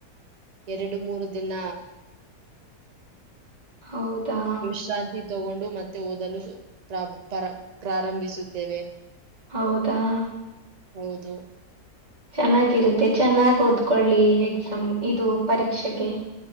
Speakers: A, on the right; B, on the right.
A: ಎರಡು ಮೂರು ದಿನ
B: ಹೌದಾ
A: ವಿಶ್ರಾಂತಿ ತಗೊಂಡು ಮತ್ತೆ ಓದಲು ಪ್ರಾ ಪರ ಪ್ರಾರಂಭಿಸುತ್ತೇವೆ
B: ಹೌದಾ
A: ಹೌದು
B: ಚೆನ್ನಾಗಿರುತ್ತೆ ಚೆನ್ನಾಗಿ್ ಓದ್ಕೊಳ್ಳಿ ಎಕ್ಸಾಮ್ ಇದು ಪರೀಕ್ಷೆಗೆ